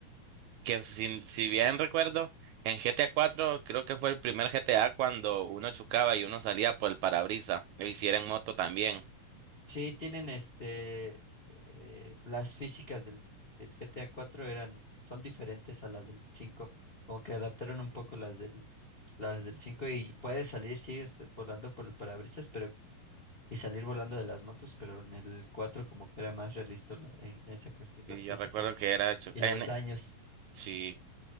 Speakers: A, on the right; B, on the left.
A: que si, si bien recuerdo, en GTA 4 creo que fue el primer GTA cuando uno chocaba y uno salía por el parabrisas, lo hicieron en moto también.
B: Sí, tienen este, eh, las físicas del, del GTA cuatro eran, son diferentes a las del cinco, como que adaptaron un poco las del, las del cinco y puedes salir, sí, es- volando por el parabrisas, pero, y salir volando de las motos, pero en el cuatro como que era más realista la- en esa cuestión,
A: Y
B: las
A: yo
B: físicas
A: recuerdo que era, chu-
B: y
A: en,
B: los daños.
A: sí,